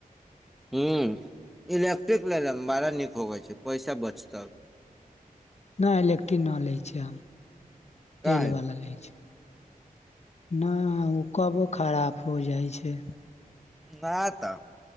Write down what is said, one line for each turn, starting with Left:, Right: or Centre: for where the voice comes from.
Centre: हं इलेक्ट्रिक लै ला बड़ा नीक होवै छै पैसा बचत
Left: नहि इलेक्ट्रिक न लै छै आ तेलवला
Centre: काहे
Left: लै छै। नहि ओ कबो खराब हो जाइ छै
Centre: नहि तऽ